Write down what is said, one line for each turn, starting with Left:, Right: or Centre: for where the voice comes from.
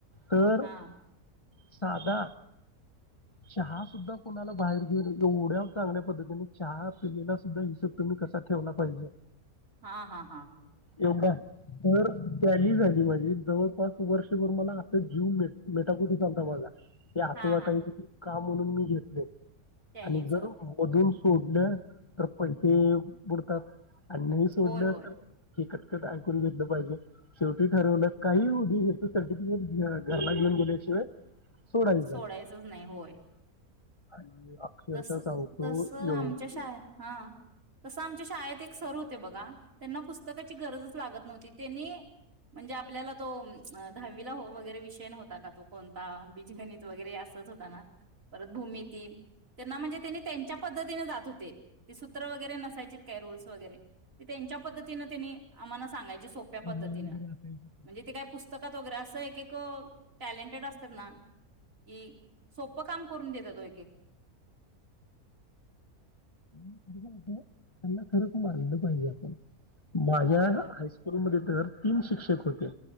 Left: तर
Right: हा
Left: साधा चहा सुद्धा कोणाला बाहेर घेऊ <unintelligible> एवढ्या चांगल्या पद्धतीने चहा पिलेला सुद्धा हिशेब तुम्ही कसा ठेवला पाहिजे.
Right: हा हा हा हा.
Left: एवढा तर टॅली झाली माझी जवळपास वर्षभर मला अस जीव मे-मेटाकुटीस आल हो बोला. ते अस
Right: हा
Left: वाटलत
Right: हा
Left: कि का म्हणून मी घेतले?
Right: टॅलीच
Left: आणि जर मधून सोडल्या तर पैसे बुडतात. अ्नही सोडलं
Right: होय होय
Left: तर हे कटकट आऐ करून घेतलं पाहिजे शेवटी ठरवलं काहीही होऊदे हेच सर्टिफिकेट घरला घेऊन गेल्याशिवाय सोडायचं
Right: सोडायचंच
Left: झालं
Right: नाही होय
Left: हा आणि अक्षरशः
Right: तस
Left: सांगतो
Right: तस
Left: एवढी
Right: आमच्या शळेत हा तसं आमच्या शाळेत सर होते बघा त्यांना पुस्तकाची गरजच लागत नी म्हणजे आपल्याला तो दहावीला वगरे विषय नव्हता का तो कोणता बीजगणित वगरे अस होता ना परत भूमी ते त्यांना म्हणजे त्यांनी त्यांच्या पधतीने जात होते सूत्र वगरे नसायची काय रूल्स वगर त्यांच्या पद् ति त आम्हाला सांगयच सोप्या
Left: प्रमेय
Right: पद्धतीन
Left: वगैरे असायची
Right: म्हणजे ते काय दोगऱ्या असं एक एक टॅलेंटेड असतात ना ह सोपं काम करून देत तो एक एक
Left: त्यांना खरच मनलं पाहिजे आपण माझ्या
Right: होय होय
Left: हायस्कूलमध्ये तीन शिक्षक होते